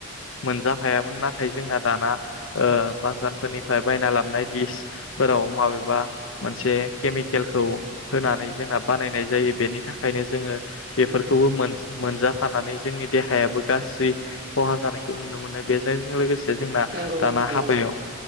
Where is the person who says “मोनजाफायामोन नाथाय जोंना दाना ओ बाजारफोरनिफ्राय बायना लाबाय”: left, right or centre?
Left